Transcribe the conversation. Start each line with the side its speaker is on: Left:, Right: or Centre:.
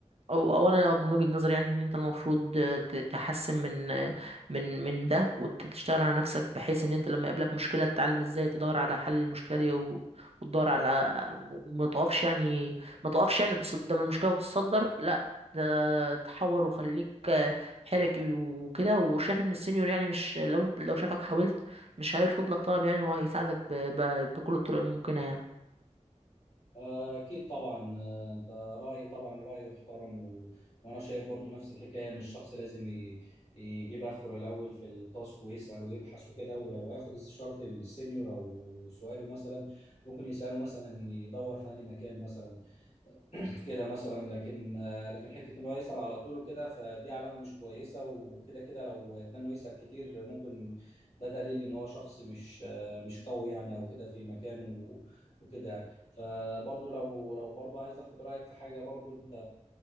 Right: او او انا من وجهة نظري يعني ان انت المفروض ت- تحسن من من من ده وتشتغل على نفسك بحيث ان انت لما يقابلك مشكلة تتعلم ازاي تدور على حل المشكلة دي و- وتدور على وما تقفش يعني ما تقفش يعني قدام المشكلة وتتصدر لا ده تحور وخليك حركي وكده وشايف ان السينيور يعني مش لو انت لو شافك حاولت مش هيرفض لك طلب يعني وهيساعدك ب- ب- بكل الطرق الممكنة يعني
Left: آه، اكيد طبعا آه، انت رايي طبعا رايي يحترم و... وانا شايف برضو نفس الحكايه ان الشخص لازم ي... يجيب اخره الاول في التاسك ويسأل ويبحث وكده ولو هياخد استشاره السينيور او سؤاله مثلا ممكن يسأله مثلا يدور في أي مكان مثلا كده مثلا لكن لكن حته ان هو يسال على طول وكده فدي علامه مش كويسه وكده كده لو اتنى انه يسال كتير ممكن ده دليل ان هو شخص مش مش قوي يعني او كده في مكانه وكده يعني فبرضه لو لو برضه عايز اخد رايك في حاجه برضه انت